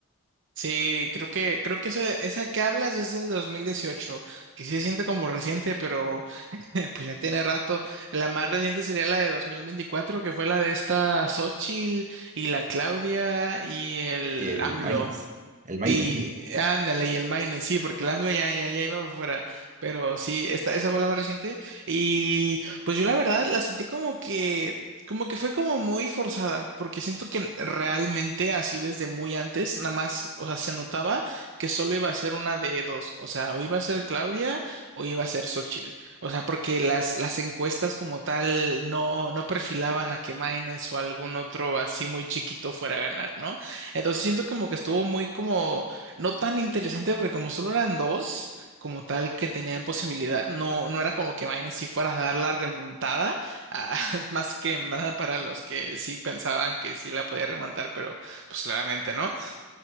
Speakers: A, on the right; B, on the right.
A: Sí, creo que, creo que esa, esa que hablas es del 2018, que sí se siente como reciente, pero <laughs> pues ya tiene rato. La más reciente sería la de 2024, que fue la de esta Xochitl y la Claudia y el
B: Y el
A: AMLO.
B: Maines, el Maines,
A: Y
B: ¿no?
A: ándale, y el Maine, sí, porque el AMLO ya, ya, ya iba para afuera, pero sí, esta, esa fue la más reciente. Y pues yo la verdad la sentí como que, como que fue como muy forzada, porque siento que realmente así desde muy antes, nada más, o sea, se notaba que solo iba a ser una de dos, o sea, o iba a ser Claudia o iba a ser Xochitl, o sea, porque las, las encuestas como tal no, no perfilaban a que Maines o algún otro así muy chiquito fuera a ganar, ¿no? Entonces siento como que estuvo muy como, no tan interesante porque como solo eran dos, como tal que tenían posibilidad, no, no era como que Vine si fuera a dar la remontada, ah, <laughs> más que nada para los que sí pensaban que sí la podía remontar, pero pues claramente no.